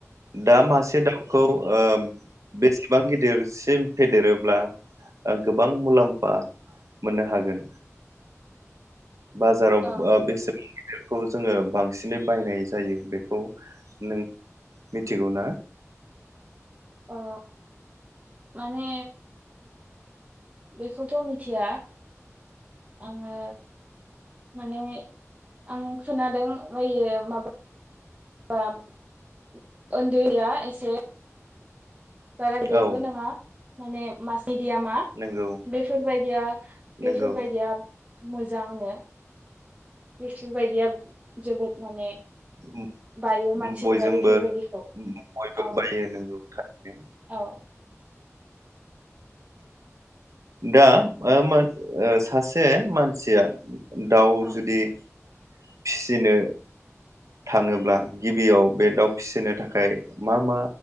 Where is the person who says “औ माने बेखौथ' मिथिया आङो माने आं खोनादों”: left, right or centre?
Right